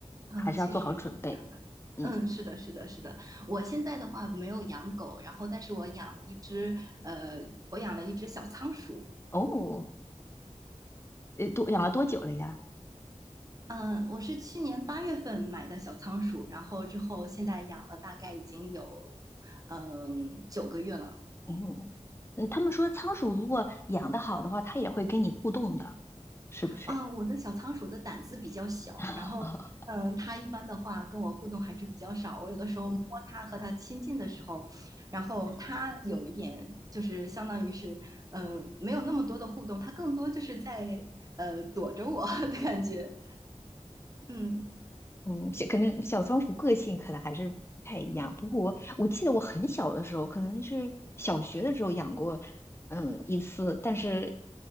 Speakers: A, on the right; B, on the left.
A: 啊，
B: 还是要做好准备。
A: 确实是这样的。
B: 嗯，
A: 嗯，是的，是的，是的。我现在的话没有养狗，然后但是我养了一只，呃，我养了一只小仓鼠。
B: 哦，呃，多养了多久了呀？
A: 嗯，我是去年八月份买的小仓鼠，然后之后现在养了大概已经有嗯九个月了。
B: 哦，嗯，他们说仓鼠如果养得好的话，它也会跟你互动的，是不是呀？
A: 啊，我的小仓鼠的胆子比较小，
B: <laughs>
A: 然后嗯，它一般的话跟我互动还是比较少。我有的时候摸它和它亲近的时候，然后它有一点就是相当于是呃没有那么多的互动，它更多就是在呃躲着我 <laughs> 的感觉。嗯
B: 嗯，小可能小仓鼠个性可能还是不太一样。不过我我记得我很小的时候，可能是小学的时候养过，嗯，一次，但是